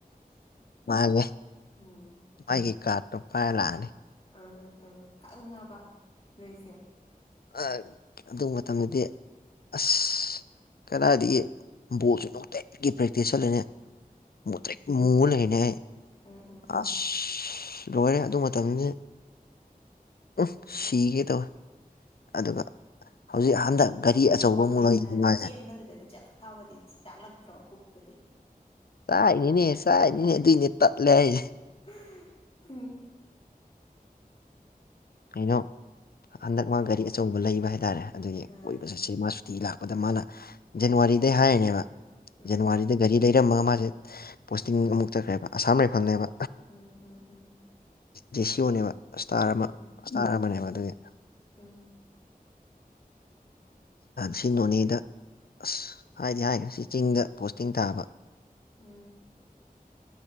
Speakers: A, on the left; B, on the left.
A: ꯃꯥꯜꯂꯦ
B: ꯎꯝ
A: ꯃꯥꯒꯤ ꯀꯥꯔꯠꯇꯣ ꯄꯥꯏꯔ ꯂꯥꯛꯑꯅꯤ
B: ꯎꯝ ꯎꯝ ꯎꯝ ꯈꯪꯉꯕ ꯅꯣꯏꯁꯦ
A: ꯑ ꯑꯗꯨ ꯃꯇꯝꯗꯗꯤ ꯑꯁ ꯀꯗꯥꯏꯗꯒꯤ ꯕꯣꯜꯁꯨ ꯅꯨꯡꯇꯤꯒꯤ ꯄ꯭ꯔꯦꯛꯇꯤꯁ ꯆꯠꯂꯤꯅꯦ ꯃꯨꯇ꯭ꯔꯤꯛ ꯃꯨꯔ ꯂꯩꯅꯦ ꯑꯩ
B: ꯎꯝ ꯎꯝ
A: ꯑꯥꯁ
B: ꯎꯝ
A: ꯂꯣꯏꯔꯦ ꯑꯗꯨ ꯃꯇꯝꯗꯨꯗꯤ ꯎꯝꯍ ꯁꯤꯒꯦ ꯇꯧꯋꯦ ꯑꯗꯨꯒ ꯍꯧꯖꯤꯛ ꯍꯟꯗꯛ ꯒꯥꯔꯤ ꯑꯆꯧꯕ
B: ꯕꯣꯜꯒꯤꯀꯥ
A: ꯑꯃꯨꯛ ꯂꯩꯔꯤ ꯃꯥꯁꯦ
B: ꯆꯦꯟꯕꯗꯨꯗꯗꯤ ꯆꯥꯛꯈꯥꯎꯒꯥꯗꯤ ꯇꯥꯛꯂꯛꯇ꯭ꯔꯣ ꯄꯨꯛꯀꯗꯤ
A: ꯆꯥꯛꯏꯅꯤꯅꯦ ꯆꯥꯛꯏꯅꯤꯅꯦ ꯑꯗꯨꯏꯅꯦ ꯇꯠꯂꯦ ꯍꯥꯏꯖꯦ
B: <unintelligible>
A: ꯀꯩꯅꯣ ꯍꯟꯗꯛ ꯃꯥ ꯒꯥꯔꯤ ꯑꯆꯧꯕ ꯂꯩꯕ ꯍꯥꯏꯇꯥꯔꯦ ꯑꯗꯨꯒꯤ
B: ꯑꯥ
A: ꯀꯣꯏꯕ ꯆꯠꯁꯦ ꯃꯥꯁꯨ ꯇꯤ ꯂꯥꯛꯄꯗ ꯃꯥꯅ ꯖꯅꯋꯥꯔꯤꯗꯩ ꯍꯥꯏꯔꯤꯅꯦꯕ
B: ꯎꯝ
A: ꯖꯅꯋꯥꯔꯤꯗ ꯒꯥꯔꯤ ꯂꯩ ꯏꯤꯔꯝꯃꯒ ꯃꯥꯁꯦ ꯄꯣꯁꯇꯤꯡ ꯑꯃꯨꯛ ꯆꯠꯈ꯭ꯔꯦꯕ ꯑꯁꯥꯝ ꯔꯥꯏꯐꯜꯅꯦꯕ
B: ꯎꯝ ꯎꯝ ꯎꯝ
A: ꯖꯦꯁꯤꯌꯣꯅꯦꯕ ꯏꯁꯇꯥꯔ
B: ꯎꯝ
A: ꯑꯃ ꯏꯁꯇꯥꯔ ꯑꯃꯅꯦꯕ ꯑꯗꯨꯒꯤ
B: ꯎꯝ
A: ꯁꯤ ꯅꯣꯅꯦꯗ ꯑꯁ ꯍꯥꯏꯗꯤ ꯍꯥꯏꯔꯦ ꯁꯤ ꯆꯤꯡꯗ ꯄꯣꯁꯇꯤꯡ ꯇꯥꯕ
B: ꯎꯝ